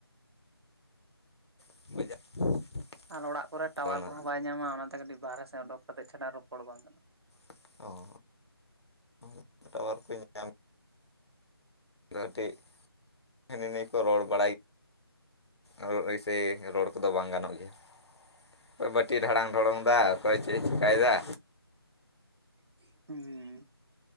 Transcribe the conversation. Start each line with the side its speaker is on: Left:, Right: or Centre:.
Left: <unintelligible>
Right: ᱟᱨ ᱚᱲᱟᱜ ᱠᱚᱨᱮ ᱴᱟᱣᱟᱨ
Left: ᱚᱱᱟ
Right: ᱠᱚᱦᱚᱸ ᱵᱟᱭ ᱧᱟᱢᱟ ᱚᱱᱟᱛᱮ ᱠᱟᱹᱴᱤᱡ ᱵᱟᱦᱨᱮ ᱥᱮᱫ ᱚᱰᱚᱠ ᱠᱟᱛᱮᱫ ᱪᱷᱟᱲᱟ ᱨᱚᱯᱚᱲ ᱵᱟᱝ
Left: ᱚ <inaudible> <unintelligible> ᱠᱟᱹᱴᱤᱡ ᱦᱟᱱᱤ ᱱᱹᱟᱭ ᱠᱚ ᱨᱚᱲ ᱵᱟᱲᱟᱭ ᱟᱫᱚ ᱳᱭᱥᱮ ᱨᱚᱲ ᱠᱚᱫᱚ ᱵᱟᱝ ᱜᱟᱱᱚᱜ ᱜᱮᱭᱟ᱾ ᱚᱠᱚᱭ ᱵᱟᱹᱴᱤ ᱰᱷᱟᱲᱟᱝ ᱰᱷᱚᱲᱚᱝ ᱮᱫᱟ ᱚᱠᱚᱭ ᱪᱮᱫ ᱮ ᱪᱤᱠᱟᱭ ᱮᱫᱟ
Right: <inaudible>